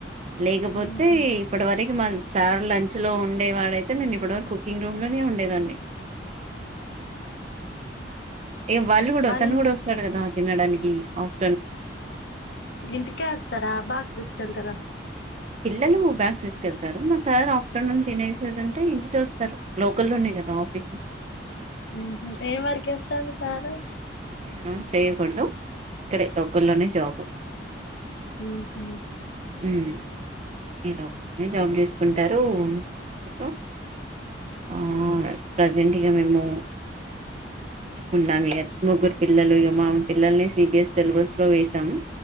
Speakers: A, on the right; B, on the left.
A: లేకపోతే
B: ఉహు
A: ఇప్పటి వరకు మల్ సార్ లంచ్ లో ఉం ఉండేవాడయితే నేను ఇప్పటి వరకు కుకింగ్ రూమ్ లోనే ఉండేదండి ఏ వాళ్ళు కూడా
B: మళ్ళీ
A: తను కూడా వస్తాడు కదా తినడానికి ఆఫ్
B: ఇంటికే వస్తారా బాక్స్ తీసుకెళ్తారా
A: పిల్లలు బ్యాగ్స్ తీసుకెళ్తారు మా సార్ ఆఫ్టర్నూన్ తినేసేదంటే ఇంటి కె వస్తారు లోకల్ల్లోనే దా ఆఫిస్
B: ఉమ్ హమ్ ఏం వర్క్ చేస్తాడ్ మీ సార్
A: అంటే అనౌన్స్ చేయ్యకూడదు ఇక్కడ లోకల్లోనే జాబ్
B: ఉమ్ హ్మ్
A: ఉమ్ ఈ లోకల్లోనే జాబు చేసుకుంటారు ఎస ఆ ప్రజెంట్గా మేము ఉన్నాము ఇగ ముగ్గురు పిల్లలు మా పిల్లల్ని సిబిఎస్ సిలబస్ లో వేసాము